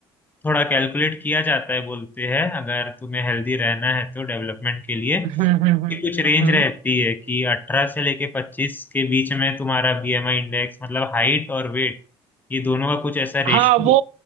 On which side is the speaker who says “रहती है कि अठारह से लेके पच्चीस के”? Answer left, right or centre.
Left